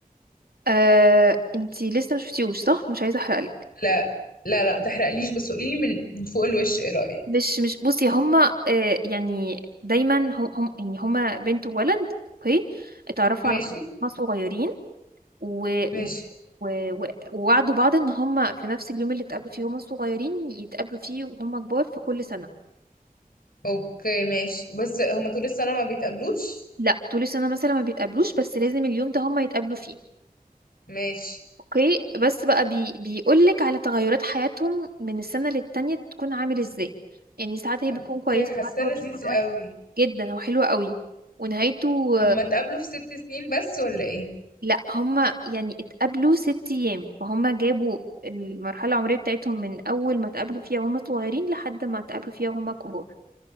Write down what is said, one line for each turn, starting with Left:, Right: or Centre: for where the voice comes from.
Right: آه انتي لسه ما شفتيهوش صح مش عايزة احرقلك
Left: لا لا لا ما تحرقليش بس قوليلي من من فوق الوش ايه رأيك
Right: مش مش بصي هما آه يعني دايما هم هم يعني هما بنت وولد اوكي اتعرفوا
Left: ماشي
Right: على بعض هما صغيرين و...
Left: ماشي
Right: و... و... و- ووعدوا بعض ان هم في نفس اليوم اللي اتقابلوا فيه هم الصغيرين يتقابلوا فيه وهم كبار في كل سنة
Left: اوكي ماشي بس هما طول السنة ما بيتقابلوش
Right: لا طول السنة مثلا ما بيتقابلوش بس لازم اليوم ده هم يتقابلوا فيه
Left: ماشي
Right: اوكي بس بقى بي... بيقولك على تغيرات حياتهم من السنة للتانية تكون عامل ازاي يعني ساعات هي
Left: اوكي
Right: بتكون كويسة
Left: حاساه
Right: ساعات هو
Left: لذيذ
Right: بيكون وحش
Left: قوي
Right: جدا هو حلو قوي ونهايته
Left: هما اتقابلوا في ست سنين بس ولا ايه
Right: لا هما يعني اتقابلوا ست ايام فهما جابوا المرحله العمريه بتاعتهم من اول ما اتقابلوا فيها وهما صغيرين لحد ما اتقابلوا فيها وهما كبار